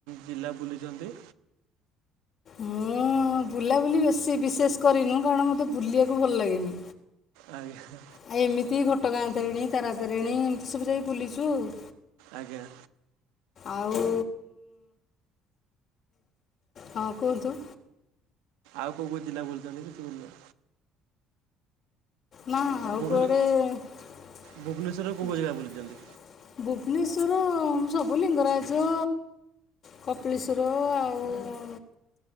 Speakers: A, on the right (about 90°); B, on the left (about 50°).
A: ଜିଲ୍ଲା ବୁଲିଛନ୍ତି?
B: ମୁଁ ବୁଲାବୁଲି ବେଶି ବିଶେଷ କରିନି କାରଣ ମୋତେ ବୁଲିବାକୁ ଭଲ ଲାଗେନି‌।
A: ଆଜ୍ଞା।
B: ଆ ଏମିତି ଘଟଗାଁ ତରେଣୀ ତାରା ତାରିଣୀ ଏମିତି ସବୁ ଯାଇକି ବୁଲିଛୁ ଆଉ।
A: ଆଜ୍ଞା‌।
B: ଆଉ ହଁ କୁହନ୍ତୁ।
A: ଆଉ କୋଉ କୋଉ ଜିଲ୍ଲା ବୁଛନ୍ତି କିଛି ବୁଲି ନା
B: ନା ଆଉ
A: ଭୁବନେ
B: କୁଆଡେ ଭୁବନେଶ୍ୱର
A: ଭୁବନେଶ୍ୱରର କୋଉ କୋଉ ଜାଗା ବୁଲିଛନ୍ତି?
B: ଅ ସବୁ ଲିଙ୍ଗରାଜ କପିଳେଶ୍ଵର ଆଉ